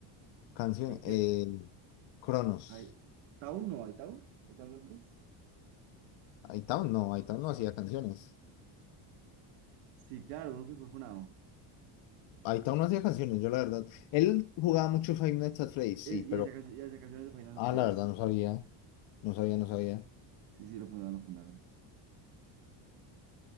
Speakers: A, on the left; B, on the right.
A: Canción,
B: que, que,
A: eh, Cronos.
B: hay, ¿Town? No, ¿hay Town? ¿Hay Town Gameplays?
A: Hightown no, Hightown no hacía canciones.
B: Sí, claro, uno que fue funado.
A: Ahí está uno hacía canciones, yo la verdad. Él jugaba mucho Five Nights at Freddy's,
B: Es,
A: sí, pero.
B: y hacía cancio- y hacía canciones de Finas
A: Ah,
B: Freddy's.
A: la verdad, no sabía. No sabía, no sabía.
B: Sí, sí, lo fundaron, lo fundaron.